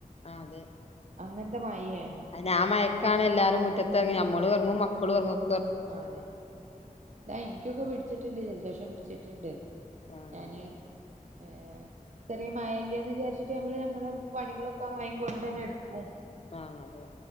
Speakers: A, on the left; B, on the right.
A: ആ അതെ
B: അങ്ങനത്തെ മഴയാണ്
A: അയനെ ആ മയക്കാണ് എല്ലാവാരും മുറ്റത്ത് ഇറങ്ങി നമ്മള് ഇറങ്ങും മക്കള് ഇറങ്ങും
B: ആ അതെ ഇതാ എനിക്കൊക്കെ പിടിച്ചിട്ടുണ്ട് ജലദോഷം പിടിച്ചിട്ടുണ്ട്
A: ആഹ്
B: ഞാന് ഏ ചെറിയ മഴല്യന്ന് വിചാരിച്ചിട്ട് നമ്മള് നമ്മള് പണികളൊക്കെ ആ മയം കൊണ്ട് തന്നെ എടുക്കും
A: ആഹ അതെ